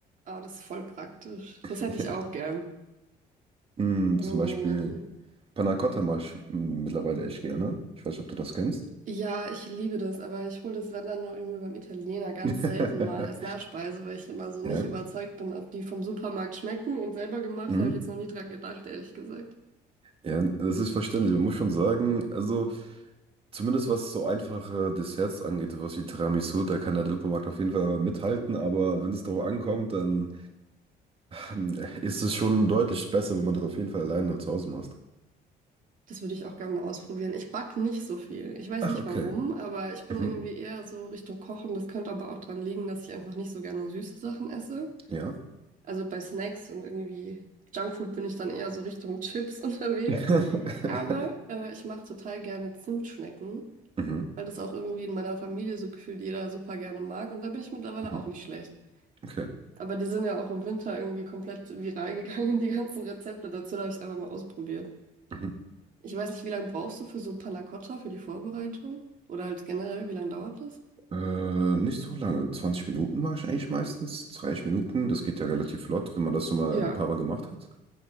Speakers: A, on the right; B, on the right.
A: Ah, das ist voll praktisch.
B: <laughs>
A: Das hätte ich
B: Ja.
A: auch gern.
B: Mm,
A: Oder
B: zum
A: mal
B: Beispiel
A: jemanden.
B: Panna Cotta mache ich mm, mittlerweile echt gerne. Ich weiß nicht, ob du das kennst.
A: Ja, ich liebe das, aber ich hole das, wenn dann nur irgendwie beim Italiener ganz
B: <laughs>
A: selten mal als Nachspeise, weil ich immer so
B: Ja.
A: nicht überzeugt bin, ob die vom Supermarkt schmecken. Und selber gemacht
B: Mhm.
A: habe ich jetzt noch nie dran gedacht, ehrlich gesagt.
B: Ja, das ist verständlich. Man muss schon sagen, also. Zumindest was so einfache Desserts angeht, was wie Tiramisu, da kann der Supermarkt auf jeden Fall mithalten, aber wenn es darauf ankommt, dann ähm, ist es schon deutlich besser, wenn man das auf jeden Fall alleine zu Hause macht.
A: Das würde ich auch gerne mal ausprobieren. Ich back nicht so viel. Ich weiß
B: Ach,
A: nicht
B: okay.
A: warum, aber ich bin
B: Mhm.
A: irgendwie eher so Richtung Kochen. Das könnte aber auch dran liegen, dass ich einfach nicht so gerne süße Sachen esse.
B: Ja.
A: Also bei Snacks und irgendwie Junkfood bin ich dann eher so Richtung Chips <laughs> unterwegs.
B: <laughs>
A: Aber äh, ich mache total gerne Zimtschnecken,
B: Mhm.
A: weil das auch irgendwie in meiner Familie so gefühlt jeder super gerne mag. Und da bin ich mittlerweile
B: Mhm.
A: auch nicht schlecht.
B: Okay.
A: Aber die sind ja auch im Winter irgendwie komplett viral gegangen, <laughs> die ganzen Rezepte dazu. Da habe ich es einfach mal ausprobiert.
B: Mhm.
A: Ich weiß nicht, wie lange brauchst du für so Panna Cotta, für die Vorbereitung? Oder halt generell, wie lange dauert das?
B: Äh, nicht so lange. 20 Minuten mache ich eigentlich meistens. 30 Minuten, das geht ja relativ flott, wenn man das schon mal
A: Ja,
B: ein paar Mal gemacht hat.